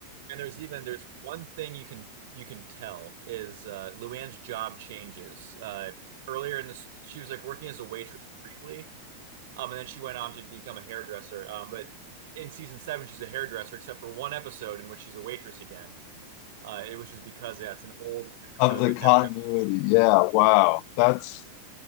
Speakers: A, on the right; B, on the left.
A: and there's even there's one thing you can you can tell is uh, Luann's job changes. Uh, earlier in this, she was like working as a waitress briefly Um, and then she went on to become a hairdresser. Uh, but in season seven, she's a hairdresser, except for one episode in which she's a waitress again, uh, which is because that's an old episode
B: of the
A: that
B: continuity.
A: never got.
B: Yeah, wow. That's